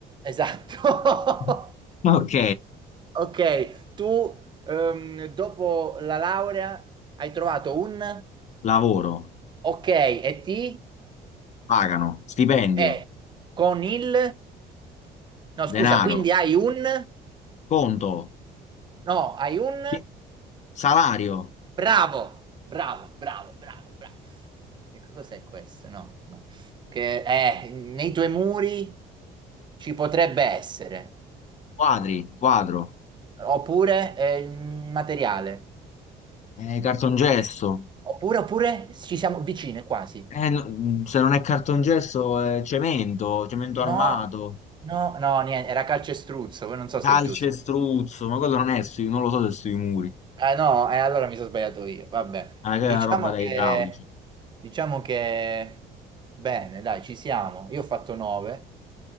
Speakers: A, on the right; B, on the left.
A: Esatto.
B: <laughs>
A: <laughs>
B: Ok.
A: Ok, tu ehm, dopo la laurea hai trovato un?
B: Lavoro.
A: Ok, e ti?
B: Pagano. Stipendio.
A: E con il? No,
B: Denaro.
A: scusa, quindi hai un?
B: Conto.
A: No, hai un?
B: pi- Salario.
A: Bravo, bravo, bravo, bravo, bravo. Che cos'è questo? No, no. Che eh, nei tuoi muri ci potrebbe essere,
B: Quadri, quadro,
A: oppure è il materiale,
B: eh, cartongesso,
A: oppure, oppure ci siamo vicine quasi.
B: eh, no- mm, se non è cartongesso è cemento, cemento armato,
A: No, no, no, niente, era calcestruzzo, poi non so se
B: calcestruzzo,
A: è giusto.
B: ma quello non è sui, non lo so se è sui muri,
A: Ah no, e allora mi sono sbagliato io, vabbè.
B: ma è
A: Diciamo
B: una roba da
A: che,
B: idraulici.
A: diciamo che, bene, dai, ci siamo. Io ho fatto 9.